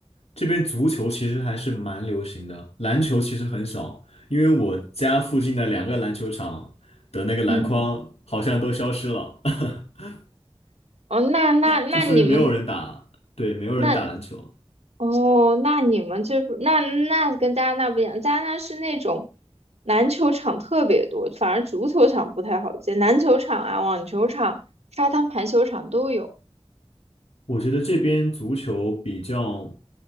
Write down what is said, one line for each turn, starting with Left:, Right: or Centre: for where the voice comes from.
Left: 这边足球其实还是蛮流行的，篮球其实很少，因为我家附近的两个篮球场的那个篮筐好像都消失了，
Right: 嗯，
Left: <laughs>
Right: 哦，那那那你们
Left: 就说明没有人打，对，没有人打篮球。
Right: 那哦，那你们这不那那跟加拿大不一样，加拿大是那种篮球场特别多，反而足球场不太好建，篮球场啊、网球场、沙滩排球场都有。
Left: 我觉得这边足球比较，